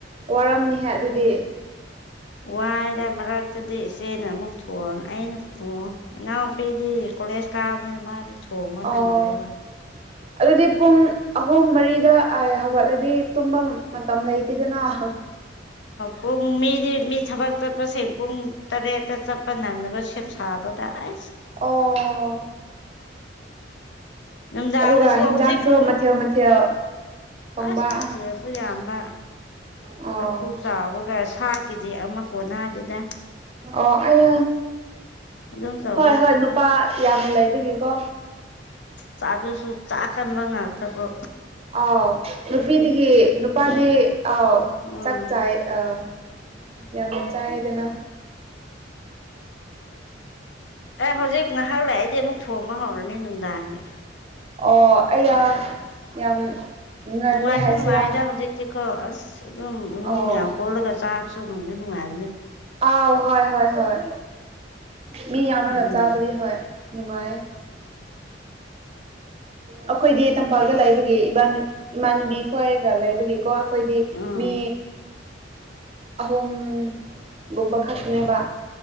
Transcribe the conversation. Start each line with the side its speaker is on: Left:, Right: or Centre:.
Right: ꯋꯥꯔꯝꯅꯤꯍꯦ ꯑꯗꯨꯗꯤ
Left: ꯋꯥꯏ ꯏꯗ ꯃꯔꯛꯇꯨꯗꯤ ꯏꯆꯦꯅ ꯑꯃꯨꯛ ꯊꯣꯡꯉꯦ ꯑꯩꯅ ꯊꯣꯡꯉ ꯏꯅꯥꯎꯄꯤꯗꯤ ꯀꯣꯂꯦꯖ ꯀꯥꯔꯕꯅꯤꯅ ꯃꯥꯗꯤ ꯁꯣꯅ
Right: ꯑꯣ
Left: ꯅꯪ꯭ꯔꯦꯕ
Right: ꯑꯗꯨꯗꯤ ꯄꯨꯡ ꯑꯍꯨꯝ ꯃꯔꯤꯗ ꯍꯧꯒꯠꯂꯗꯤ ꯇꯨꯝꯕ ꯃꯇꯝ ꯂꯩꯇꯦꯗꯅ ꯑꯍ
Left: ꯄꯨꯡ ꯃꯤꯗꯤ ꯃꯤ ꯊꯕꯛ ꯆꯠꯄꯁꯤꯡ ꯄꯨꯡ ꯇꯔꯦꯠꯇ ꯆꯠꯄ ꯅꯪꯅꯕ ꯁꯦꯝ ꯁꯥꯕ ꯀꯗ ꯑ
Right: ꯑꯣ
Left: ꯀꯣꯗꯥꯗꯁꯨ
Right: ꯑꯗꯨꯒ ꯍꯤꯟꯖꯥꯡꯁꯨ
Left: ꯍꯧꯖꯤꯩ ꯄ
Right: ꯃꯊꯦꯜ ꯃꯊꯦꯜ ꯊꯣꯡꯕ
Left: ꯑꯁ ꯅ ꯐꯨ ꯌꯥ ꯑꯝꯝꯕ
Right: ꯑꯣ
Left: ꯆꯐꯨ ꯆꯥꯎꯥꯕꯒ ꯁꯥ ꯀꯦꯖꯤ ꯑꯃ ꯀꯣꯟꯅ ꯑꯗꯨꯗ
Right: ꯑꯣ ꯑ
Left: ꯑꯗꯨꯝ ꯇꯧꯋꯦ
Right: ꯍꯣꯏ ꯍꯣꯏ ꯅꯨꯄꯥ ꯌꯥꯝꯅ ꯂꯩ ꯑꯗꯨꯒꯤꯀꯣ
Left: ꯆꯥ ꯑꯗꯨꯁꯨ ꯆꯥꯛꯀꯟꯕ ꯉꯥꯛꯇꯕꯣ
Right: ꯑꯥꯎ ꯅꯨꯄꯤꯗꯒꯤ ꯅꯨꯄꯥꯗꯤ ꯑꯥꯎ
Left: ꯎꯝ
Right: ꯆꯥꯛ ꯆꯥꯏ ꯑꯥ ꯌꯥꯝꯅ ꯆꯥꯏꯗꯅ
Left: ꯑꯦ ꯍꯧꯖꯤꯛ ꯉꯥꯏꯍꯥꯛ ꯂꯥꯛꯏꯗꯤ ꯑꯃꯨꯛ ꯊꯣꯕ ꯍꯧꯔꯅꯤꯅ ꯗꯥꯡꯉꯦ
Right: ꯑꯣ ꯑꯩꯌꯥ ꯌꯥꯝ ꯉꯜꯂꯦ
Left: ꯅꯨꯡꯉꯥꯏꯁꯨ
Right: ꯍꯥꯏꯁꯤꯔꯥ
Left: ꯅꯨꯡꯉꯥꯏꯗ ꯍꯧꯖꯤꯛꯁꯤꯀꯣ ꯑꯁ ꯑꯗꯨꯝ ꯏꯃꯣꯝ
Right: ꯑꯣ
Left: ꯃꯌꯥꯝ ꯄꯣꯜꯂꯒ ꯆꯥꯕ ꯆꯣꯡꯅꯅꯨꯡꯉꯥꯏ
Right: ꯑꯥꯎ ꯍꯣꯏ ꯍꯣꯏ ꯍꯣꯏ ꯃꯤ ꯌꯥꯝꯔꯒ
Left: ꯐꯦꯃꯤꯂꯤ
Right: ꯆꯥꯕꯗꯤ ꯍꯣꯏ ꯅꯨꯡꯉꯥꯏ ꯑꯩꯈꯣꯏꯗꯤ ꯇꯝꯄꯥꯛꯇ ꯂꯩꯕꯒꯤ ꯏ ꯏꯃꯥꯟꯅꯕꯤ ꯈꯣꯏꯒ ꯂꯩꯕꯒꯤꯀꯣ ꯑꯩꯈꯣꯏꯗꯤ
Left: ꯎꯝ
Right: ꯃꯤ ꯑꯍꯨꯝ ꯒꯨꯝꯕ ꯈꯛꯇꯅꯦꯕ